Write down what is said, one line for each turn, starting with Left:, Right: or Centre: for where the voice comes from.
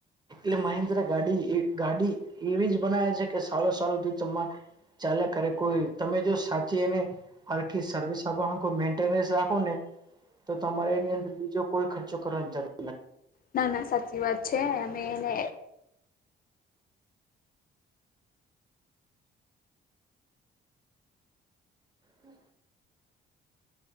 Right: એ મહેન્દ્ર ગાડી ગાડી એવી જ બનાવે છે. કે સાલો સાલ હુધી તમાર ચાલયા કરે કોઈ તમે જો સાચી એની હરખી સર્વિસ આપવાનું કોય મેન્ટનસ રાખો ને તો તમારે એની અંદર બીજો કોઈ ખર્ચો કરવાની જરૂર નથી.
Left: ના ના સાચી વાત છે. એમે એને
Right: હમમ.